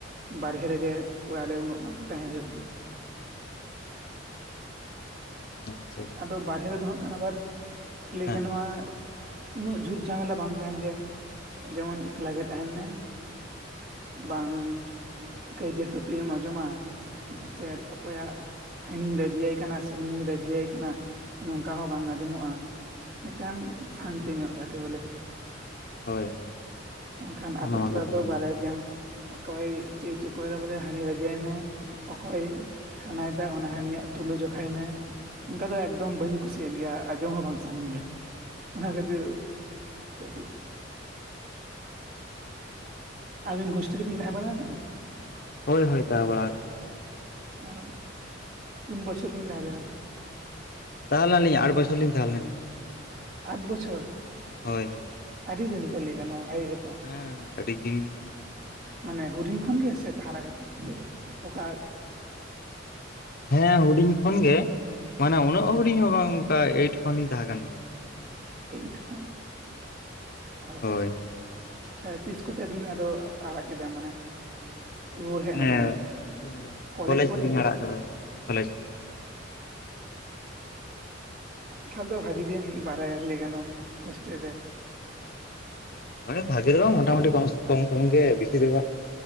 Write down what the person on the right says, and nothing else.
ᱵᱟᱨᱦᱮ ᱨᱮᱜᱮ ᱚᱲᱟᱜ ᱨᱮ ᱩᱱᱟᱹᱜ ᱵᱟᱝ ᱛᱟᱦᱮᱸ ᱦᱩᱭᱩᱜ ᱜᱮᱭᱟ᱾
ᱟᱫᱚ ᱵᱟᱦᱨᱮ ᱨᱮᱫᱚ ᱦᱟᱜ ᱟᱵᱟᱨ ᱞᱟᱹᱭ
ᱜᱟᱱᱚᱜᱼᱟ, ᱩᱱᱟᱹᱜ ᱡᱷᱩᱴ ᱡᱷᱟᱢᱮᱞᱟ ᱵᱟᱝ ᱛᱟᱦᱮᱱ ᱜᱮᱭᱟ ᱡᱮᱢᱚᱱ ᱮᱠᱞᱟ ᱜᱮ ᱛᱟᱦᱮᱱ ᱢᱮ᱾ ᱵᱟᱝ ᱠᱟᱹᱭᱡᱟᱹ ᱠᱷᱟ. ᱯᱟ. ᱨᱤᱢ ᱟᱸᱡᱚᱢᱟ ᱥᱮ ᱚᱠᱚᱭᱟᱜ ᱦᱟᱹᱱᱤ ᱨᱟᱹᱜᱤᱭᱟᱭ ᱠᱟᱱᱟ ᱥᱮ ᱱᱩᱧ ᱨᱟᱹᱜᱤᱭᱟᱭ ᱠᱟᱱᱟ ᱱᱚᱝᱠᱟ ᱦᱚᱸ ᱵᱟᱝ ᱟᱸᱡᱚᱢᱚᱜᱼᱟ᱾ ᱢᱤᱫᱴᱟᱝ ᱥᱟᱱᱛᱤ ᱧᱚᱜ ᱡᱟᱠᱮ ᱵᱚᱞᱮ᱾
ᱵᱟᱝᱠᱷᱟᱱ ᱟᱛᱳ
ᱴᱚᱞᱟ
ᱨᱮᱫᱚ
ᱵᱟᱲᱟᱭ
ᱜᱮᱭᱟᱢ᱾ ᱚᱠᱚᱭ ᱪᱮᱫᱮ ᱪᱤᱟᱭᱫᱟ ᱵᱚᱞᱮ ᱦᱟᱱᱤ ᱨᱟᱜᱤ ᱟᱭ ᱢᱮ᱾ ᱚᱠᱚᱭ ᱦᱟᱱᱟᱮᱫᱟ ᱚᱱᱟ ᱦᱟᱹᱱᱤᱭᱟᱜ ᱛᱩᱞᱟᱹ ᱡᱚᱠᱷᱟ ᱠᱷᱟᱭ ᱢᱮ ᱚᱱᱠᱟ ᱫᱚ ᱮᱠᱫᱚᱢ ᱵᱟᱹᱧ ᱠᱩᱥᱤᱭᱟᱜ ᱜᱮᱭᱟ, ᱟᱸᱡᱚᱢ ᱦᱚᱸ ᱵᱟᱝ ᱥᱟᱱᱟᱧ ᱜᱮᱭᱟ ᱚᱱᱟ ᱠᱷᱟᱹᱛᱤᱨ᱾ ᱠᱟᱹᱴᱤᱡ ᱟᱹᱵᱤᱱ ᱦᱳᱥᱴᱮᱞ ᱨᱮᱵᱤᱱ ᱛᱟᱦᱮᱸ ᱵᱟᱲᱟ ᱟᱠᱟᱱᱟ᱾
ᱚ ᱛᱩᱱ ᱵᱚᱪᱷᱚᱨ ᱵᱤᱱ ᱛᱟᱦᱮᱸ ᱞᱮᱱᱟ᱾
ᱟᱴ ᱵᱚᱪᱷᱚᱨ
ᱟᱹᱰᱤ ᱫᱤᱱ ᱛᱚ ᱞᱮᱭᱜᱟᱱᱼᱟ ᱵᱷᱟᱜᱮ ᱜᱮ ᱛᱚ᱾
ᱢᱟᱱᱮ ᱦᱩᱰᱤᱧ ᱠᱷᱚᱱᱜᱮ ᱥᱮ ᱫᱷᱟᱨᱟᱠᱟᱨ ᱪᱮ ᱚᱠᱟ
ᱮᱭᱤᱴ ᱠᱷᱚᱱ ᱚ
ᱛᱟᱦᱚᱞᱮ ᱛᱤᱥ ᱠᱚᱛᱮ ᱵᱤᱱ ᱟᱫᱚ ᱟᱲᱟᱜ ᱠᱮᱫᱟᱢ ᱢᱟᱱᱮ? ᱚᱭ ᱦᱮᱡ
ᱱᱟᱵᱤᱱ ᱚᱸᱰᱮ
ᱠᱚᱞᱮᱡᱽ ᱯᱚᱨᱮ
ᱥᱮ
ᱛᱟᱦᱚᱞᱮ ᱫᱚ ᱵᱷᱟᱜᱤ ᱜᱮᱢ ᱵᱟᱲᱟᱭᱟ ᱞᱮᱭ ᱜᱟᱱᱚᱜ ᱦᱳᱥᱴᱮᱞ ᱨᱮ